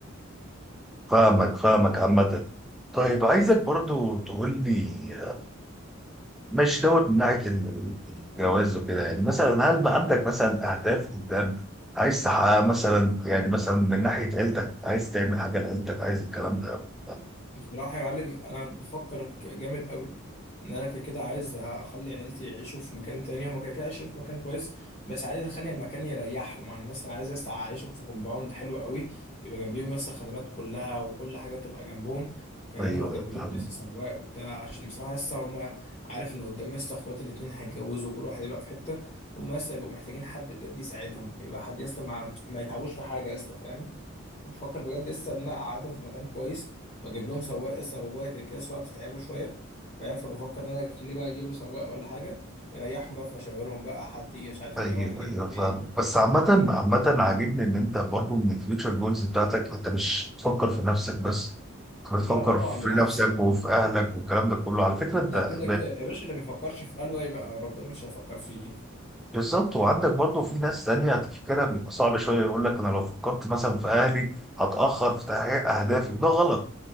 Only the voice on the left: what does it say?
هتستفيد
بصراحة يا معلم أنا بفكر ك- جامد قوي إن أنا كده كده عايز أخلي عيلتي يعيشوا في مكان تاني هما كده كده عايشين في مكان كويس بس عايز أخلي مكان يريحهم يعني مثلا عايز يس- أعيشهم في كومباوند حلو قوي يبقى جنبيهم يس الخدمات كلها وكل حاجة تبقى جنبهم فاهم
وأجيب
لهم
يس سواق وبتاع عشان بصراحة يس هما عارف إن قدام يس إخواتي الاتنين هيتجوزوا وكل واحد يبقى في حتة هما يس هيبقوا محتاجين حد بجد يساعدهم يبقى حد يس ما, ما يتعبوش في حاجة يس فاهم بفكر بجد لسه ان انا اقعدهم في مكان كويس واجيب لهم سواق لسه انا بابايا كده كده السواقه بتتعبه شويه فاهم فبفكر ان انا اخليه بقى اجيب له سواق ولا حاجه يريحهم بقى في مشاويرهم بقى حد يجي مش عارف
يروح يجيب
له
ايه
يجيب
له كده
لا طبعا
بالعكس
ده كده كده يا باشا اللي ما يفكرش في قلبه يبقى ربنا مش هيفكر فيه